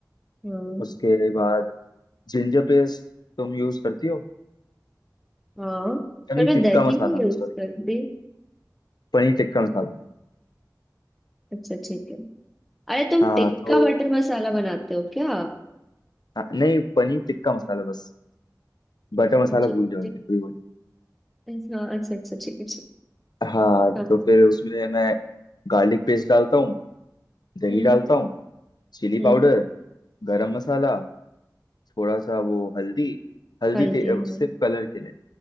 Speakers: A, in the centre; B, on the left.
A: हाँ
B: उसके बाद जिंजर पेस्ट तुम यूज करती हो
A: हाँ
B: पनीर
A: पर मैं
B: टिक्का
A: दही
B: मसाला
A: नहीं
B: में
A: यूज
B: सॉरी
A: करती
B: पनीर टिक्का मसाला में
A: अच्छा ठीक है अरे तुम
B: हाँ
A: टिक्का
B: तो
A: बटर मसाला बनाते हो क्या
B: हाँ, नहीं पनीर टिक्का मसाला बस बटर मसाला
A: अच्छा
B: भूल जाओगे
A: टिक
B: कोई वो नहीं
A: हाँ अच्छा अच्छा ठीक है ठीक
B: हाँ
A: है। हाँ
B: तो फिर उसमें मैं गार्लिक पेस्ट डालता हूँ दही
A: हम्म
B: डालता हूँ चिली
A: हम्म
B: पाउडर गरम मसाला थोड़ा सा वो हल्दी हल्दी
A: हल्दी
B: ते- अ, सिर्फ
A: हाँ
B: कलर के लिए